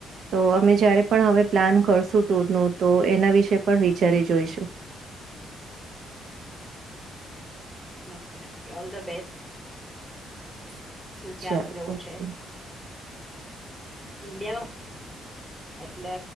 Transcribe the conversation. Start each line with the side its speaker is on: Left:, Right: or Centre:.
Right: તો અમે જયારે પણ હવે પ્લાન કરશું ટુરનું તો એના વિશે પણ વિચારી જોઈશું.
Centre: નક્કી નક્કી ઓલ ધ બેસ્ટ શું શું ક્યાંક
Right: ચાલ
Centre: જવું
Right: ઓકે
Centre: છે ઇન્ડિયા માં એટલે